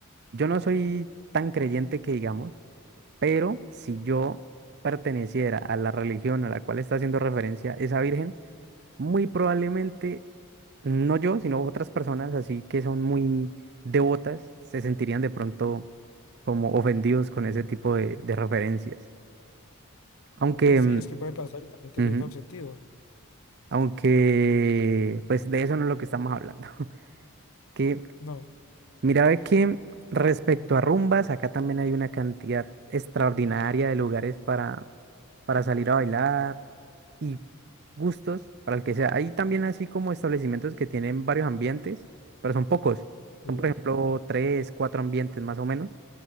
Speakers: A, on the right (about 50°); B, on the left (about 75°).
A: Yo no soy tan creyente que digamos, pero si yo perteneciera a la religión a la cual está haciendo referencia esa virgen, muy probablemente, no yo, sino otras personas así que son muy devotas, se sentirían de pronto como ofendidos con ese tipo de, de referencias. Aunque.
B: No sé,
A: mm,
B: es que puede pasar y también tendría
A: ujú.
B: todo el sentido.
A: Aunque, pues de eso no es lo que estamos hablando. <laughs> Que,
B: No,
A: mira, ve que respecto a rumbas, acá también hay una cantidad extraordinaria de lugares para, para salir a bailar y gustos para el que sea. Hay también así como establecimientos que tienen varios ambientes, pero son pocos.
B: sí,
A: Son, por ejemplo, tres, cuatro ambientes más o menos.